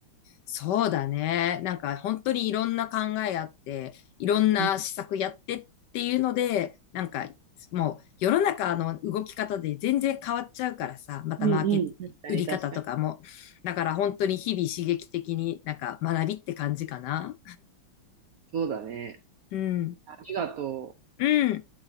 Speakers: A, on the left; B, on the right.
A: そうだね。なんか本当にいろんな考えあって、いろんな施策やってっていうので、
B: うん
A: なんかもう世の中の動き方で全然変わっちゃうからさ、またマーケット、
B: うんうん。確かに確かに。
A: 売り方とかも。だから本当に日々刺激的になんか学びって感じかな。
B: そうだね。
A: うん。
B: ありがとう。
A: うん。